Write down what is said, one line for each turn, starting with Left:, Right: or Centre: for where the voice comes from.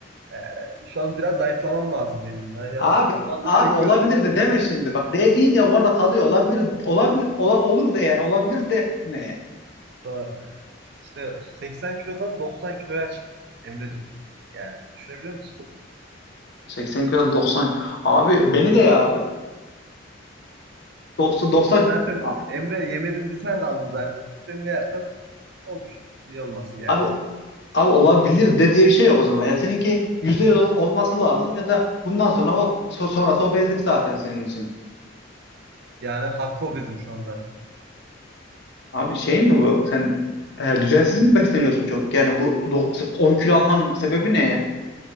Right: Ee, şu an biraz zayıflamam lazım benim ya. Yani
Left: Abi
Right: çok şu anda
Left: abi
Right: çünkü
Left: olabilir de deme şimdi. Bak de deyince orada kalıyor. Olabilir olabilir ola- olur de yani olabilir de ne?
Right: doğru. İşte 80 kilodan 90 kiloya çıktım Emre'cim. Yani düşünebiliyor musun?
Left: 80 kilo 90. Abi beni de ya abi. 90 90
Right: Zaten
Left: A-
Right: Emre yemedim bir sen kaldın zaten. Sen de yersen olur. Niye olmasın yani?
Left: abi abi olabilir de diye bir şey yok o zaman. Ya seninki %100 ol- olması lazım ya da bundan sonra o, so- sonrası obezlik zaten senin için.
Right: Yani hafif obezim şu an zaten.
Left: Abi şey mi bu? Sen e, düzensiz mi besleniyorsun çok? Yani bu do- 10 kilo almanın sebebi ne ya?